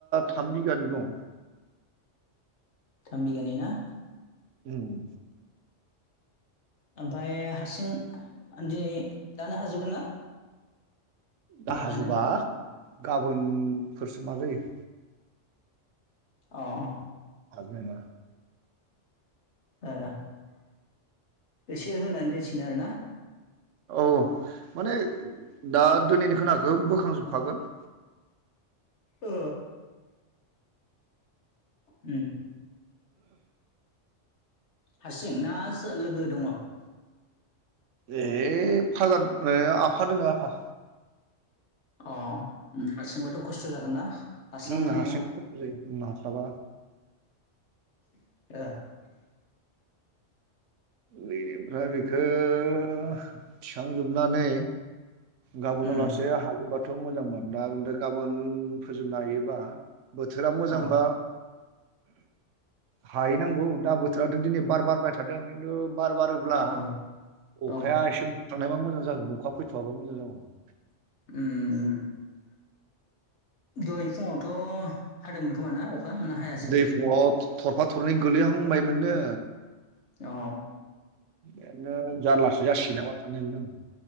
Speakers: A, on the right; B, on the left.
A: थाम बिगानि दं
B: थामबिघानि ना?
A: उम
B: ओमफाय हारसिं दिनै दानो हाजोबगोन ना?
A: दा
B: मारा
A: हाजोबा
B: होनो
A: गाबोनफोरसो मा जायो
B: अह
A: <unintelligible>
B: ओ ओ एसे होनानै दोनसिनो आरोना
A: औ औ माने दा दिनैनि खोनाखो बोखांजोबखागोन
B: ओ उम हारसिं ना सो लोगो दङ?
A: ए फाजा आफा दोङो आफा
B: अ उम हारसिंबाथ' खस्थ' जागोन ना? हास्लाबनाय
A: उम हारसिं
B: नङा
A: जायो उनो हासाबा
B: <unintelligible>
A: बेनिफ्राय बेखो थिखांजोबनानै गाबोन
B: उम
A: आ लासे हायोबाथ मोजांमोन दा बे गाबोन फोजोबनो हायोबा बोथोरा मोजांबा
B: औ
A: हाहैनांगौ दा बोथोराथ दिनै बार बारबाय थादों खिन्थु बार बारोब्ला
B: औ औ
A: अखाया एसे मुखथानायबा मोजां जागौमोन अखा फैथ आबा मोजां जागौमोन
B: उम दहाय फुङावथ हादोंमोन खोमा ना अखा ना हायासै?
A: दै फुङाव थरफा थरनै गोलैहांबायमोननो
B: अह
A: बेनो जारलासो जासिगोन नामा सानबायमोन आं